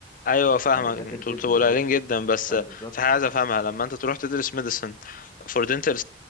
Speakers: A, on the left; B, on the left.
A: ايوه فاهمك
B: آه، نادر
A: انتوا
B: جدا
A: بتبقوا قليلين
B: اه
A: جدا بس
B: اه بالظبط
A: في حاجه عايز افهمها لما انت تروح تدرس ميديسن فور دنتال